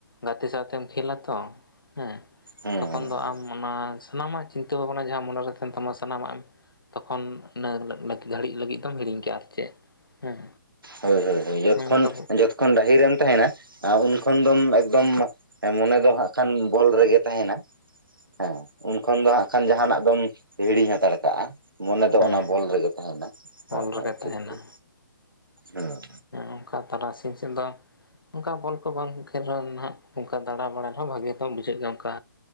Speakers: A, on the left; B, on the right.
A: ᱜᱟᱛᱮ ᱥᱟᱶᱛᱮᱢ ᱠᱷᱮᱞᱟ ᱛᱚ ᱦᱮᱸ᱾
B: ᱦᱩᱸ
A: ᱛᱚᱠᱷᱚᱱ
B: ᱦᱩᱸ
A: ᱫᱚ ᱟᱢ ᱚᱱᱟ ᱥᱟᱱᱟᱢᱟᱜ ᱪᱤᱱᱛᱟᱹ ᱵᱷᱟᱵᱱᱟ ᱡᱟᱦᱟ ᱢᱚᱱᱮᱨᱮ ᱛᱟᱦᱮᱱ ᱛᱟᱢᱟ ᱥᱟᱱᱟᱢ ᱟᱜ ᱮᱢ ᱛᱚᱠᱷᱚᱱ ᱤᱱᱟᱹ ᱜᱷᱟᱹᱲᱤᱡ ᱞᱟᱹᱜᱤᱫ ᱫᱚᱢ ᱦᱤᱲᱤᱧ ᱠᱮᱜ-ᱟ ᱟᱨ ᱪᱮᱫ ᱦᱮᱸ᱾
B: ᱦᱳᱭ, ᱦᱳᱭ ᱡᱚᱛᱠᱷᱚᱱ,
A: ᱚᱱᱠᱟ
B: ᱡᱚᱛᱠᱷᱚᱱ ᱰᱟᱹᱦᱤᱨᱮᱢ ᱛᱟᱦᱮᱱᱟ ᱩᱱᱠᱷᱚᱱ ᱫᱚᱢ ᱮᱠᱫᱚᱢ ᱦᱮᱸ ᱢᱚᱱᱮ ᱫᱚ ᱦᱟᱸᱜ ᱠᱷᱟᱱ ᱵᱚᱞ ᱨᱮᱜᱮ ᱛᱟᱦᱮᱱᱟ᱾ ᱦᱮᱸ ᱩᱱᱠᱷᱚᱱ ᱫᱚ ᱦᱟᱸᱜ ᱠᱷᱟᱱ ᱡᱟᱦᱟ ᱱᱟᱜ ᱫᱚᱢ ᱦᱤᱲᱤᱧ ᱦᱟᱛᱟᱲ ᱠᱟᱜ-ᱟ᱾ ᱢᱚᱱᱮ ᱫᱚ
A: ᱦᱮᱸ
B: ᱚᱱᱟ ᱵᱚᱞ ᱨᱮᱜᱮ ᱛᱟᱦᱮᱱᱟ ᱦᱳᱭ,
A: ᱚᱞ
B: ᱦᱳᱭ
A: ᱨᱮᱜᱮ
B: ᱴᱷᱤᱠ,
A: ᱛᱟᱦᱮᱱᱟ
B: ᱴᱷᱤᱠ ᱦᱮᱸ᱾
A: ᱚᱱᱠᱟ ᱛᱟᱨᱟᱥᱤᱧ ᱥᱮᱫ ᱫᱚ ᱚᱱᱠᱟ ᱵᱚᱞ ᱠᱚ ᱵᱟᱝ ᱠᱷᱮᱞ ᱨᱮᱦᱚᱸ ᱦᱟᱸᱜ ᱚᱱᱠᱟ ᱫᱟᱲᱟ ᱵᱟᱲᱟᱭ ᱨᱮᱦᱚᱸ ᱵᱷᱟᱜᱮ ᱫᱚᱢ ᱵᱩᱡᱷᱟᱹᱜ ᱜᱮ ᱚᱱᱠᱟ᱾